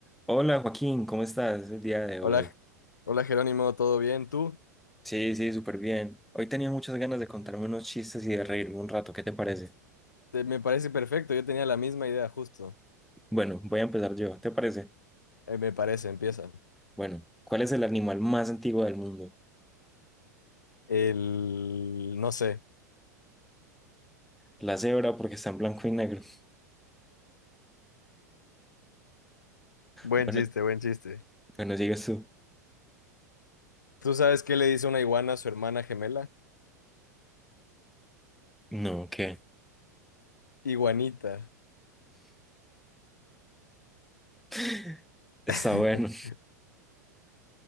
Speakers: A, in the centre; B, on the left.
A: Hola Joaquín, ¿cómo estás el día de
B: Hola,
A: hoy?
B: hola Jerónimo, ¿todo bien? ¿Tú?
A: Sí, sí, súper bien. Hoy tenía muchas ganas de contarme unos chistes y de reírme un rato, ¿qué te parece?
B: Te- me parece perfecto, yo tenía la misma idea justo.
A: Bueno, voy a empezar yo, ¿te parece?
B: Eh, me parece, empieza.
A: Bueno, ¿cuál es el animal más antiguo del mundo?
B: El... no sé.
A: La cebra porque está en blanco y negro. <laughs>
B: Buen
A: Bueno,
B: chiste, buen chiste.
A: bueno, sigues tú.
B: ¿Tú sabes qué le dice una iguana a su hermana gemela?
A: No, ¿qué?
B: Iguanita.
A: <laughs> Está
B: <laughs>
A: bueno.